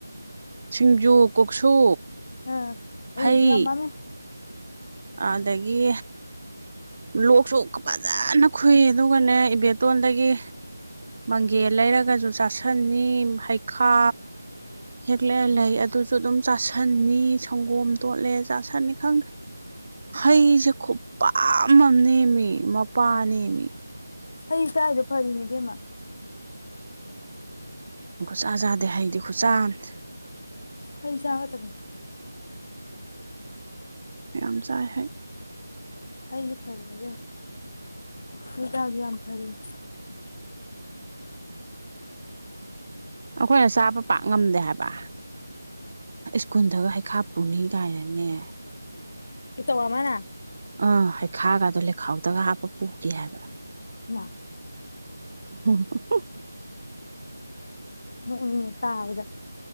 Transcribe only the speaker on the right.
ꯁꯤꯡꯖꯨ ꯀꯣꯛꯁꯨ
ꯍꯩ
ꯑꯗꯒꯤ ꯂꯣꯛꯁꯨ ꯐꯖꯅ ꯈꯨꯨꯏ ꯑꯗꯨꯒꯅꯦ ꯏꯕ ꯇꯣꯟꯗꯒꯤ ꯃꯪꯒꯦ ꯂꯩꯔꯒꯁꯨ ꯆꯥꯁꯟꯅꯤ ꯍꯩꯈꯥ ꯍꯦꯛꯂ ꯂꯩ ꯑꯗꯨꯁꯨ ꯑꯗꯨꯝ ꯆꯥꯁꯟꯅꯤ ꯁꯪꯒꯣꯝ ꯇꯣꯠꯂꯦ ꯆꯥꯁꯟꯅꯤ ꯈꯪꯗꯦ ꯍꯩꯁꯦ ꯈꯨꯄ ꯅꯦꯃꯤ ꯃꯄꯥ ꯅꯦꯃꯤ
ꯁꯨꯖꯥꯗꯦ ꯍꯩꯗꯤ ꯈꯨꯆꯥ ꯑꯃꯅꯤ
ꯌꯥꯝ ꯆꯥꯏ ꯍꯥꯏ꯫
ꯑꯩꯈꯣꯏꯅ ꯆꯥꯕ ꯄꯥꯛ ꯉꯝꯗꯦ ꯍꯥꯏꯕ ꯁ꯭ꯀꯨꯜꯗꯒ ꯍꯩꯈꯥ ꯄꯨꯅꯤ ꯀꯥꯏꯅꯒꯦ꯫
ꯑꯥ ꯍꯩꯈꯥꯒꯗꯨ ꯂꯩꯈꯥꯎꯗꯒ ꯍꯥꯞꯄ ꯄꯨꯈꯤ ꯍꯥꯏꯕ꯫
ꯍꯨꯡ ꯍꯨꯡ ꯫